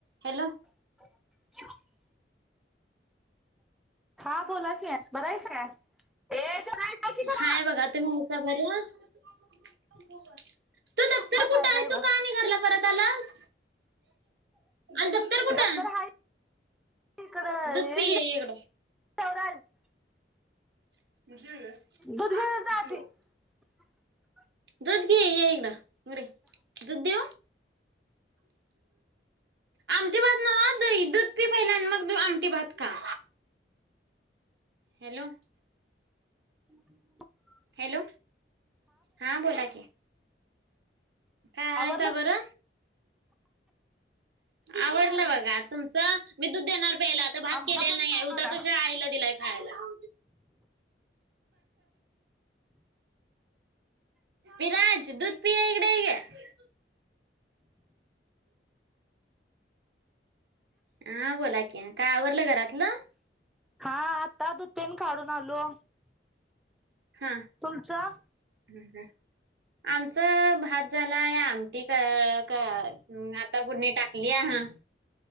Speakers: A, on the right; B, in the centre.
A: हॅलो?
B: <inaudible> हां बोला की बरं आहेस काय? ए ते की घरा
A: हाय बघा तुम्ही कसं बरे आहात? तू दप्तर
B: हाय
A: कुठं?
B: हाय बरे
A: तू का आणि घरला परत आलास? आणि कुठं
B: दप्तर हाय इकडं
A: दूध पि ये इकडं
B: <inaudible>
A: <unintelligible>
B: दूध घेऊन जा <inaudible>
A: दुध घे ये इकडं दुध देऊ. आमटी भात नवा दही दूध पी पहिला आणि मग आमटे भात खा. हॅलो?
B: <inaudible>
A: हॅलो? हां बोला की. काय आहेसा
B: आवरलं
A: बरं? आवरलं बघा तुमचं मी देणार प्याला भात
B: आमचा
A: केलेला
B: पण
A: नाही
B: झाला
A: हुता
B: बघा
A: त्यो शिळा आईला दिलाय खायलात. वीराज दुध पि य इकडं यकी. हा बोला की. काय आवरलं घरातलं.
B: हा आता दुध तेन काढून आलो.
A: हा.
B: तुमचं
A: ह आमचं भात झालाय आमटी का का हम् आता पुढणी टाकलीया हा